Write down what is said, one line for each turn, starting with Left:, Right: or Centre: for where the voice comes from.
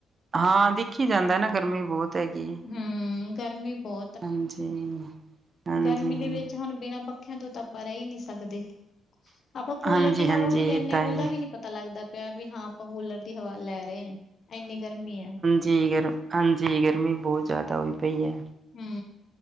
Right: ਹਾਂ, ਦਿੱਖ ਈ ਜਾਂਦੈ ਨਾ ਗਰਮੀ ਬੋਤ ਹੈਗੀ ਏ।
Left: ਹੂੰ, ਗਰਮੀ ਬੋ
Right: ਹਾਂਜੀ। ਹਾਂਜੀ,
Left: ਗਰਮੀ ਦੇ ਵਿੱਚ ਹੁਣ ਬਿਨਾਂ ਪੱਖੇਆਂ ਦੇ ਤੋਂ ਤਾਂ ਆਪਾਂ ਰੈ ਈ ਨੀ ਸਕਦੇ। ਆਪਾਂ ਕੂਲਰ
Right: ਹਾਂਜੀ,
Left: ਦੀ ਹਵਾ
Right: ਹਾਂਜੀ
Left: ਵੀ ਲੈਂਨੇ
Right: ਇਹ ਤਾਂ
Left: ਆਂ
Right: ਹੀ
Left: ਓਦਾ ਵੀ ਨੀ ਪਤਾ ਲੱਗਦਾ ਪਿਐ ਵੀ ਹਾਂ ਆਪਾਂ ਕੂਲਰ ਦੀ ਹਵਾ ਲੈ ਰੇ ਆਂ ਐਨੀ ਗਰਮੀ ਐ
Right: ਹੂੰ ਗਰ, ਹਾਂਜੀ ਗਰਮੀ ਬੋਤ ਜਾਦਾ ਹੋਈ ਪਈ ਐ।
Left: ਹੂੰ।